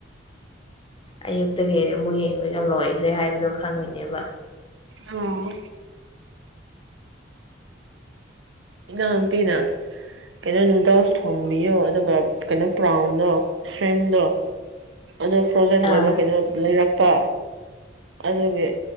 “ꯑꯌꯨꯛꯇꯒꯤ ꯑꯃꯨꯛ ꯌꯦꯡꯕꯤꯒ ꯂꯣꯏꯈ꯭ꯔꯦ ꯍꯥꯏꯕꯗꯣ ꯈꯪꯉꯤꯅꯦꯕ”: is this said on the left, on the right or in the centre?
Left